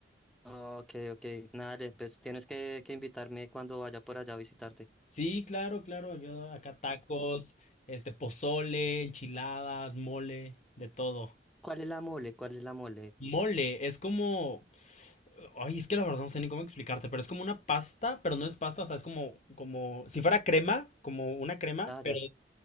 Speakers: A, in the centre; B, on the left.
A: Ok, ok, nada, pues tienes que, que invitarme cuando vaya por allá a visitarte.
B: Sí, claro, claro. Yo acá tacos, este, pozole, enchiladas, mole, de todo.
A: ¿Cuál es la mole? ¿Cuál es la mole?
B: Mole, es como. Ay, es que la verdad no sé ni cómo explicarte, pero es como una pasta, pero no es pasta, o sea, es como, como, si fuera crema, como una crema,
A: Ah,
B: pero
A: ya.